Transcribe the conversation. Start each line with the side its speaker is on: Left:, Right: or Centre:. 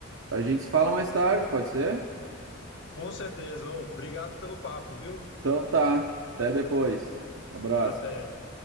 Right: a gente se fala mais tarde, pode ser?
Left: Com certeza. Ô, obrigado pelo papo, viu?
Right: Então tá, até depois, um abraço.
Left: Até.